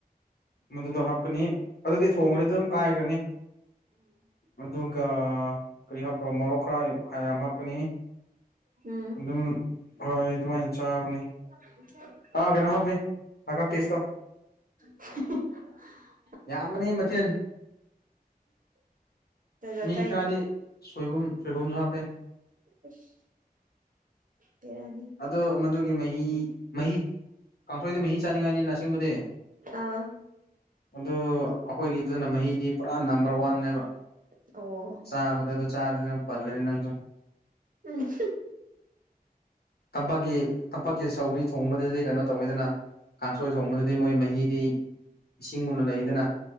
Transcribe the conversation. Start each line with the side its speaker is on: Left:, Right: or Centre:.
Left: ꯃꯗꯨꯗꯣ ꯍꯥꯞꯀꯅꯤ ꯑꯗꯨꯗꯤ ꯊꯣꯡꯈ꯭ꯔꯗꯤ ꯑꯗꯨꯝ ꯀꯥꯏꯈ꯭ꯔꯅꯤ ꯑꯗꯨꯒ ꯀꯔꯤ ꯍꯥꯞꯄ꯭ꯔꯣ ꯃꯣꯔꯣꯛ ꯈꯔ ꯌꯥꯝ ꯍꯥꯞꯀꯅꯤ
Right: ꯎꯝ
Left: ꯑꯗꯨꯝ ꯍꯣꯏ ꯑꯗꯨꯃꯥꯏꯅ ꯆꯥꯕꯅꯦ
Right: <inaudible>
Left: ꯑ ꯀꯩꯅꯣ ꯍꯥꯞꯄꯤ ꯃꯈꯥ ꯄꯤꯁ ꯇꯣ
Right: <unintelligible>
Left: ꯌꯥꯝꯕꯅꯤ ꯃꯊꯦꯜ
Right: ꯖꯥꯠ ꯖꯥꯠ
Left: ꯃꯤ
Right: ꯆꯥꯏꯅꯦ
Left: ꯈꯔꯗꯤ ꯁꯣꯏꯕꯨꯝ ꯁꯣꯏꯕꯨꯝꯁꯨ ꯍꯥꯞꯄꯦ
Right: ꯎꯁ ꯕꯦꯔꯅꯤ
Left: ꯑꯗꯣ ꯃꯗꯨꯒꯤ ꯃꯍꯤ ꯃꯍꯤ ꯀꯥꯡꯈꯣꯏꯗ ꯃꯍꯤ ꯆꯥꯅꯤꯡꯉꯥꯏꯅꯤꯅ <unintelligible>
Right: ꯑꯥ
Left: ꯑꯗꯨ ꯑꯩꯈꯣꯏꯒꯤꯗꯨꯅ ꯃꯍꯤꯗꯤ ꯄꯨꯔꯥ ꯅꯝꯕꯔ ꯋꯥꯟꯅꯦꯕ
Right: ꯑꯣ
Left: ꯆꯥꯕꯗ ꯑꯗꯨ ꯆꯥꯔꯗꯤ ꯅꯪ ꯄꯜꯂꯅꯤ ꯅꯪꯁꯨ
Right: ꯎꯝ
Left: ꯇꯝꯄꯥꯛꯀꯤ ꯇꯝꯄꯥꯛꯀꯤ ꯁꯧꯒ꯭ꯔꯤ ꯊꯣꯡꯕꯗꯗꯤ ꯀꯩꯅꯣ ꯇꯧꯋꯤꯗꯅ ꯀꯥꯡꯁꯣꯏ ꯊꯣꯡꯕꯗꯗꯤ ꯃꯣꯏ ꯃꯍꯤꯗꯤ ꯏꯁꯤꯡꯒꯨꯝꯅ ꯂꯩꯗꯅ